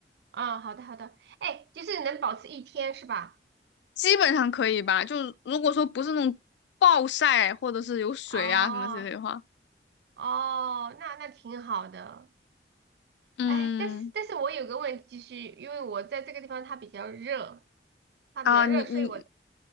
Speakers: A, on the right (about 65°); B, on the left (about 80°).
A: 哦，好的好的，哎，就是能保持一天是吧？
B: 基本上可以吧。就如果说不是那种暴晒或者是有水啊什么之类的话，
A: 哦。哦，那那挺好的。
B: 嗯
A: 哎，但是但是我有个问题，就是因为我在这个地方它比较热，它比较热，
B: 啊，你你
A: 所以我